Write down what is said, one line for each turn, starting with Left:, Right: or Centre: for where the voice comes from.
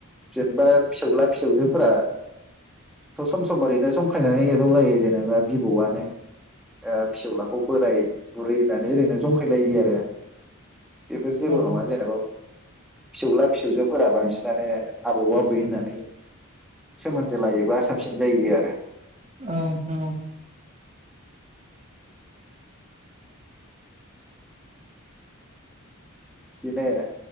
Centre: जेनेबा फिसौला फिसौजोफोरा सम ओरैनो संखायनानै एदावलायो जेनेबा बिब'आनो ओ फिसौलाखौ बोराय बुरि होननानै ओरैनो जंखायलायो आरो बेफोर जेबो
Right: औ
Centre: नङा जेनेबा फिसौला फिसौजोफोरा बांसिनानो आबौ आबै होननानै सोमोन्दो लायोबा साबसिन जायो आरो
Right: औ नोंथां औ
Centre: बिदिनो